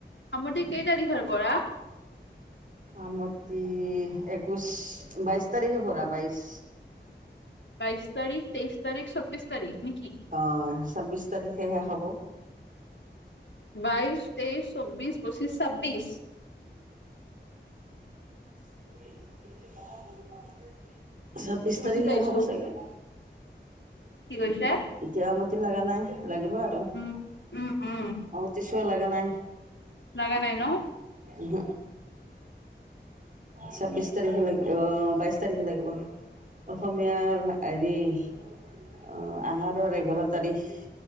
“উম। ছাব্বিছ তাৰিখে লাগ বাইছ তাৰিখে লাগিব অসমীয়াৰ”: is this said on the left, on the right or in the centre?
Right